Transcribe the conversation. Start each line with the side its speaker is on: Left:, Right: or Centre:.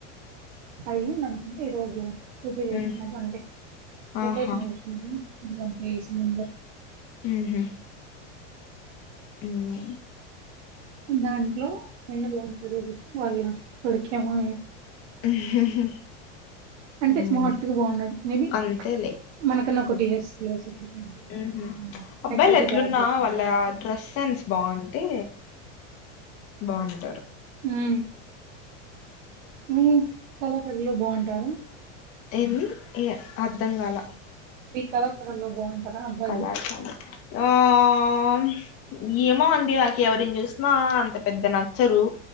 Right: అయ్యిందన్కుంట ఈరోజు పూజ జేసినడు
Left: హ్మ్.
Right: అంటే డెకేషన్
Left: ఆహా!
Right: జేసినడు ఇ <unintelligible> నంబర్
Left: ఉహు ఉమ్ మా
Right: దాంట్లో ఎన్న బాగుంటదో <unintelligible> వాళ్ళిగా కొడుకేమో
Left: హ్మ్.
Right: అంటే
Left: హ్మ్
Right: స్మార్ట్ గా బా ఉన్నాడు మేబి
Left: అంతేలే
Right: మనకన్నా ఒకటీ ఇయర్స్ తీయస్ అట్లా పెద్దోడు
Left: ఉహు
Right: ఉంటాడేమో అంతే
Left: అబ్బాయిల్
Right: లేకపోతే
Left: ఎట్లున్నా
Right: జాబ్ చేస్తాంటాడు
Left: వాళ్ళ డ్రెస్ సెన్స్ బా ఉంటే బా ఉంటరు
Right: ఉం మీ కలశాల్యు బా ఉంటారా
Left: ఏమ్ ఏ అర్థం గల
Right: మీ కళాశాలల్లో బా ఉంటారా అబ్బాయిల్
Left: కళాశాల ఆ ఆమ్ ఏమో అండి నాక్ ఎవరిన్ జూస్నా అంత పెద్ద నచ్చరు